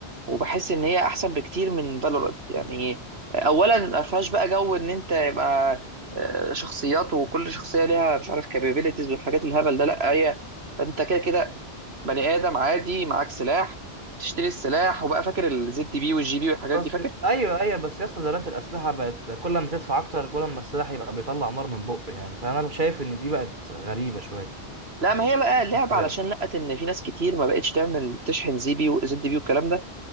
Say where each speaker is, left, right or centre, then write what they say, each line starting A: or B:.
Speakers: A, on the right; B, on the right.
A: وبحس ان هي احسن بكتير من فالورانت يعني اولا ما فيهاش بقى جو ان انت يبقى آه، شخصيات وكل شخصيه ليها مش عارف كابابيلتيز والحاجات الهبل ده لا هي انت كده كده بني ادم عادي معاك سلاح تشتري السلاح وبقى فاكر الزد بي والجي بي والحاجات
B: بس
A: دي فاكر
B: ايوه ايوه بس يا اسطى دلوقتي الاسلحه بقت كل ما تدفع اكتر كل ما السلاح يبقى بيطلع نار من بقه يعني فانا شايف ان دي بقت غريبه شويه
A: لا ما هي بقى لعبه
B: صغيره
A: علشان لقت ان في ناس كتير ما بقتش تعمل تشحن زي بي وزد بي والكلام ده